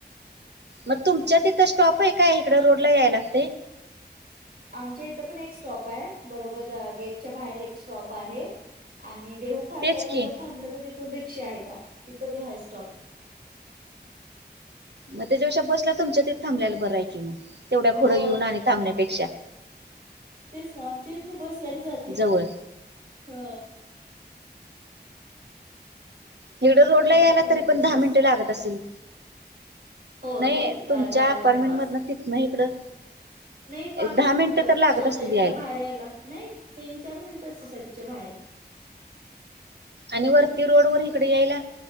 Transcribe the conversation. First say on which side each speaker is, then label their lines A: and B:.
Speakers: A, on the right; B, on the right.
A: मग तुमच्या तिथं स्टॉप आहे काय इकडं रोडला यायला लागतय.
B: आमच्या इथं पण एक स्टॉप आहे बरोबर द गेटच्या बाहेर एक स्टॉप आहे. आणि देहू फाट्याला
A: तेच की
B: जर थांबलं तर तिथून रिक्षा आहेत तिथं बी हाय स्टॉप
A: मग त्याच्यापेक्षा बसला तुमच्या तिथ थबल्याला बरं आहे की मग तेवढ्या
B: होय
A: पुढ येऊन आणि थांबण्यापेक्षा
B: तेच ना आमच्या इथन बस लेट जातीया
A: जवळ
B: ह
A: हिगडं रोड
B: लगेच
A: ला यायला
B: आहे
A: तरी
B: बस
A: पण दहा
B: बस.
A: मिनिटं लागत असतील.
B: हो
A: नाही
B: थो जायला
A: तुमच्या
B: लागते
A: अपार्टमेंट
B: पाच
A: मधन तिथ ना इकडं
B: नाही पाचच
A: एक दहा
B: मिनिटं
A: तर लागत
B: सोसायटीतन
A: असतील
B: बाहेर यायला नाही तीन चार मिनिट सोसायटीच्या बाहेर
A: आणि वरती रोड वर इिकडे यायला